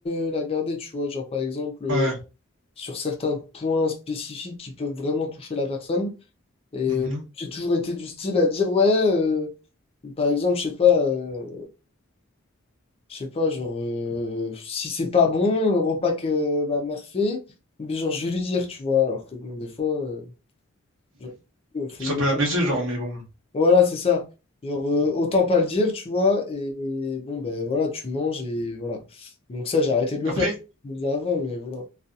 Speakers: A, on the left; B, on the right.
A: euh, la garder, tu vois. Genre, par exemple, euh,
B: ouais,
A: sur certains points spécifiques qui peuvent vraiment toucher la personne. Et
B: mhm.
A: euh, j'ai toujours été du style à dire, ouais. euh, par exemple, je sais pas, euh, je sais pas, genre, euh, si c'est pas bon, le repas que ma mère fait, mais genre, je vais lui dire, tu vois, alors que bon, des fois, euh, genre, euh, faut
B: Ça
A: mieux.
B: peut
A: pas.
B: la blesser, genre, mais bon.
A: Voilà, c'est ça. Genre, euh, autant pas le dire, tu vois, et, et bon, ben voilà, tu manges et voilà. Donc, ça, j'ai arrêté de le
B: Après,
A: faire. Je le faisais avant, mais voilà.